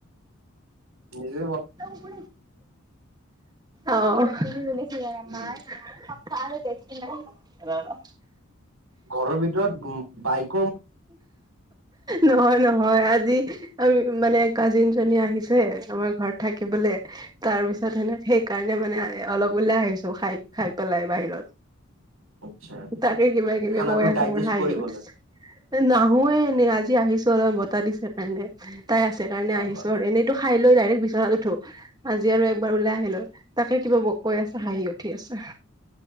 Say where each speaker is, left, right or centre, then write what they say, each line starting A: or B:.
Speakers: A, on the right; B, on the right.
A: নি
B: শু অ তু শুছিলমাই
A: উম
B: খান দেখি নাই অ
A: ঘৰৰ ভিতৰত উ বাইক
B: নহয় নহয় আজি আমি মানে কাজিন জনী আহিছে আমাৰ ঘৰত থাকিবলে তাৰ পিছত সেনে সেইকাৰণে মানে অলপ ওলাই আহিছো খাই খাই পেলাই বাহিৰত
A: আচ্ছা
B: তাকে কিবা কিবি
A: খানাটো
B: কৈ আছে
A: ডাইজেষ্ট
B: মোৰ হাঁহি
A: কৰিবলৈ
B: উঠিছে নাহোয়ে এনেই আজি আহিছো অলপ বতা দিছে কাৰণে তাই আছে কাৰণে
A: ভাল
B: আহিছো
A: ভাল
B: আৰু এনেইতো খাই লৈ ডাইৰেক্ট বিচনাত উঠো আজি আৰু এ একবাৰ ওলাই আহিলো তাকে কিবা কৈ আছে হাঁহি উঠি আছে